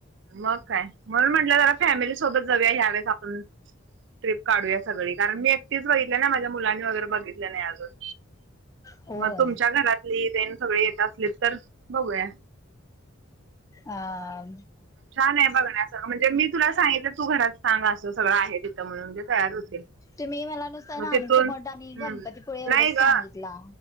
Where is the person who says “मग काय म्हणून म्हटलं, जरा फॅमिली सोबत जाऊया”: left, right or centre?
Right